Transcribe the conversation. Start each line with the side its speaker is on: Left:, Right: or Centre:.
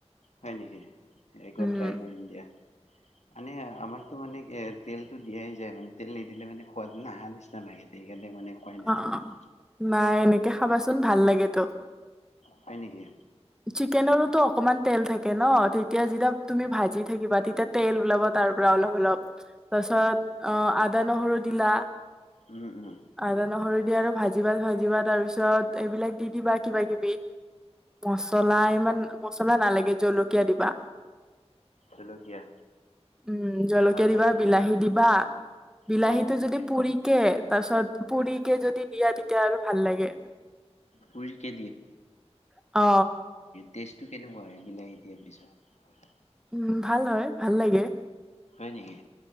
Left: হয় নিকি একবাৰ
Centre: উম,
Left: ট্ৰাই কৰিম দিয়া মানে আমাৰতো মানে এ তেলতটো দিয়াই যায় মানে তেল নিদিলে মানে সোৱাদ নহা নিচিনা লাগে। সেইকাৰণে মানে খোৱাই নাই
Centre: অ
Left: তেনেকুৱা
Centre: অ নাই এনেকে খাবাচোন ভাল লাগে তো
Left: হয় নিকি
Centre: চিকেনৰোতো অকমান তেল থাকে ন তেতিয়া যেতিয়া তুমি ভাজি থাকিবা তেতিয়া তেল ওলাব তাৰ পৰা অলপ অলপ ছত আ আদা নহৰু দিলা
Left: উম উম
Centre: আদা নহৰু আৰু ভাজি ভাত ভাজিবা তাৰ পিছত এইবিলাক দি দিবা কিবা কিবি মচলা ইমান মছলা নালাগে জলকীয়া দিবা
Left: জলকীয়া
Centre: উম জলকীয়া
Left: আৰু তাৰপিছত
Centre: দিবা বিলাহী দিবা বিলাহীটো
Left: অ' বিলাহী
Centre: যদি পুৰিকে তাৰপিছত পুৰি কে যদি দিয়া তেতিয়া আৰু ভাল লাগে
Left: পুৰিকে
Centre: অ
Left: তেষ্টটো কেনেকুৱা এ বিলাহী দিয়াৰ পিছত
Centre: উম ভাল হয় ভাল লাগে
Left: হয় নিকি